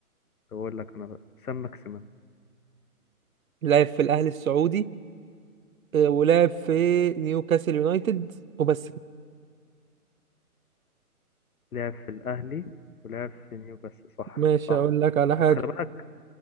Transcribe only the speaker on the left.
طب اقول لك انا بقى سام ماكسيمان
لعب في الاهلي ولعب في نيوكاسل صح
صح
بس خلي بالك